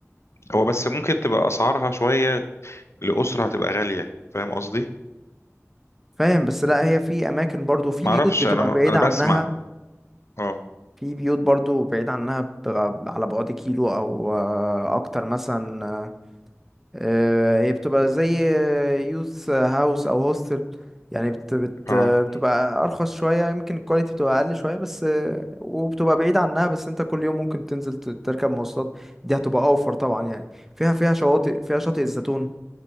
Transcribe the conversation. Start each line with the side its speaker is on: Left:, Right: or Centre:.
Left: هو بس ممكن تبقى اسعارها شويه لاسره هتبقى غاليه فاهم قصدي
Centre: فاهم بس لا هي في أماكن برضو في
Left: ما
Centre: بيوت
Left: اعرفش
Centre: بتبقى
Left: انا
Centre: بعيدة
Left: انا بسمع
Centre: عنها
Left: اه
Centre: في بيوت برضو بعيدة عنها بتبقى على بعد كيلو أو آه، أكتر مثلا آه، آه، هي بتبقى زي يوث هاوس او هوستل يعني بت بت
Left: اه
Centre: بتبقى ارخص شويه يمكن الكواليتي بتبقى اقل شويه بس آه، وبتبقى بعيد عنها بس انت كل يوم ممكن تنزل ت- تركب مواصلات دي هتبقى اوفر طبعا يعني فيها فيها شواطئ فيها شاطئ الزيتون